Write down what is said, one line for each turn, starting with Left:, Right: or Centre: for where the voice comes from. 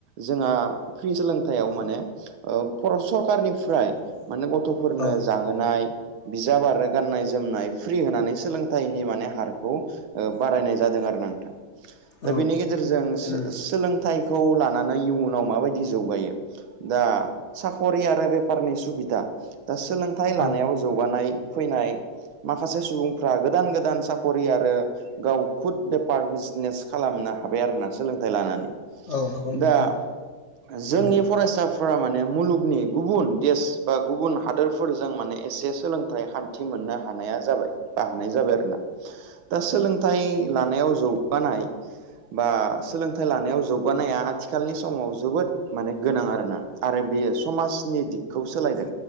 Right: जोंहा फ्रि सोलोंथायाव माने ओ फर सरखारारनिफ्राय माने गथ'फोरनो
Left: औ
Right: जाहोनाय बिजाब आरो गाननाय जोमनाय फ्रि होनानै सोलोंथाइनि माने हारखौ बारायनाय जादों आरो नोंथां
Left: औ
Right: दा बेनि गेजेरजों
Left: उम
Right: सो सो सोलोंथाइखौ लानानै इयुनाव माबायदि जौगायो दा साख'रि आरो बेफारनि सुबिदा दा सोलोंथाइ लानायाव
Left: औ
Right: जौगानाय फैनाय माखासे सुबुंफ्रा गोदान गोदान साख'रि आरो गाव खुद बेफार बिजनेस खालामनो हाबाय आरोना सोलोंथाइ लानानै
Left: औ हाबाय
Right: दा
Left: नोंथां
Right: जोंनि
Left: उम
Right: फरायसाफोरा माने मुलुगनि गुबुन देश बा गुबुन हादोर फोरजों माने एसे सोलोंथाइ खान्थि मोननो हानाया जाबाय बा हानाय जाबाय आरो ना दा सोलोंथाइ लानायाव जौगानाय बा सोलोंथाइ लानायाव जौगानाया आथिखालनि समाव जोबोद माने गोनां आरोना आरो बेयो समाजनि दिगखौ सोलायदों